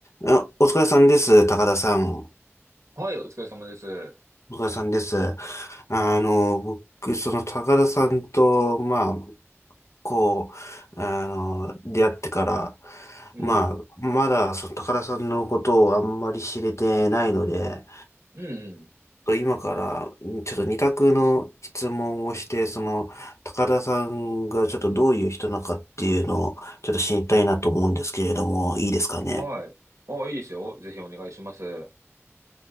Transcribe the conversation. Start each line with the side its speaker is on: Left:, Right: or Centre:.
Left: あ、お疲れさんです、高田さん。お
Right: はい、お疲れ様です。
Left: 疲れさんです。あの、僕、その高田さんと、まあ、こう、あの、出会ってから、
Right: うん。
Left: まあ、まだ、その高田さんのことをあんまり知れてないので、
Right: うん、うん。
Left: と今から、ちょっと二択の質問をして、その、高田さんがちょっとどういう人なのかっていうのを、ちょっと知りたいなと思うんですけれども、いいですかね。
Right: はい。あ、いいですよ。ぜひお願いします。